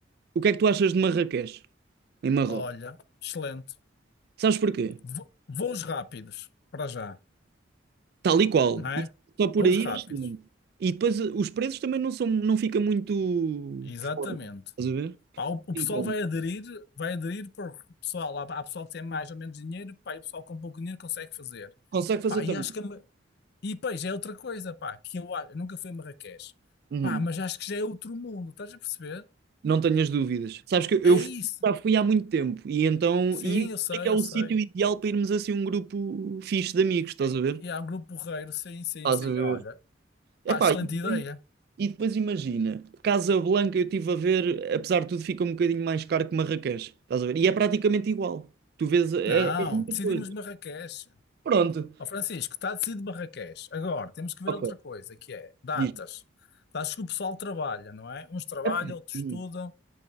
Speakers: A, on the right; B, on the left.
A: O que é que tu achas de Marrakech, em Marrocos?
B: olha, excelente.
A: Sabes porquê?
B: Vo- Voos rápidos, para já,
A: Tal e qual.
B: não é?
A: E só por
B: Voos
A: aí
B: rápidos,
A: é excelente. E depois eh, os preços também não são, não fica muito
B: exatamente.
A: fora. Estás a ver?
B: Pá, o, o
A: Em
B: pessoal
A: conta.
B: vai aderir, vai aderir porque o pessoal, há, há pessoal que tem mais ou menos dinheiro, pá, e o pessoal com pouco dinheiro consegue fazer.
A: Consegue fazer
B: Pá,
A: também.
B: e acho que a Ma- e pois é outra coisa, pá, que eu, a- eu nunca fui a Marrakech.
A: Uhum.
B: Pá, mas acho que já é outro mundo, estás a perceber?
A: Não tenhas dúvidas. Sabes que eu
B: É isso.
A: fui- já fui há muito tempo e então
B: Sim,
A: e
B: eu sei,
A: é que é o
B: eu sei.
A: sítio ideal para irmos assim um grupo fixe de amigos, estás a ver?
B: E há um grupo porreiro, sim, sim,
A: Estás
B: sim.
A: a ver.
B: Olha,
A: Epá,
B: pá, excelente
A: e
B: ideia.
A: E depois imagina, Casablanca eu estive a ver, apesar de tudo, fica um bocadinho mais caro que Marrakech. Estás a ver? E é praticamente igual. Tu vês é,
B: Não,
A: é as mesmas
B: decidimos
A: coisas.
B: Marrakech.
A: Pronto.
B: Ó Francisco, está decidido Barraqués. Agora, temos que ver
A: Ok.
B: outra coisa, que é datas.
A: Diz.
B: Datas que o pessoal trabalha, não é? Uns trabalham,
A: É
B: outros
A: sim.
B: estudam.